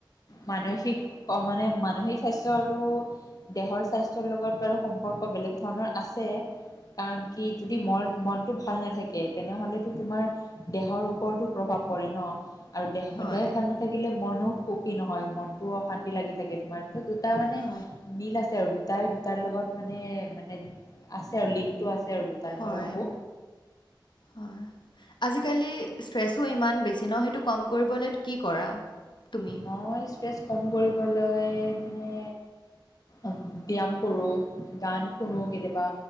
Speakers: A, on the left; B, on the left.
A: মানসিক অ মানে মানসিক স্বাস্থ্য আৰু, দেহৰ স্বাস্থ্যৰ লগত বাৰু সম্পৰ্ক বেলেগ ধৰণৰ আছে। কাৰণ কি যদি মন মনটো ভাল নাথাকে তেনেহ'লেতো তোমাৰ, দেহৰ ওপৰতো প্ৰভাৱ পৰে ন। আৰু দেহ
B: হয়
A: দেহ ভাল নাথাকিলে মনো সুখী নহয় মনটো অশান্তি লাগি থাকে তোমাৰ। দুটা মানে
B: হয়
A: মিল আছে আৰু দু, দুটাই দুটাৰ লগত মানে মানে আছে আৰু লিংকটো আছে। আৰু দুটাৰ
B: হয়
A: মই ভাবো
B: হয়। আজিকালি ষ্ট্ৰেছো ইমান বেছি ন সেইটো কম কৰিবলৈ কি কৰা তুমি?
A: মই ষ্ট্ৰেছ কম কৰিবলৈ মানে, ব্যায়াম কৰো গান শুনো কেতিয়াবা।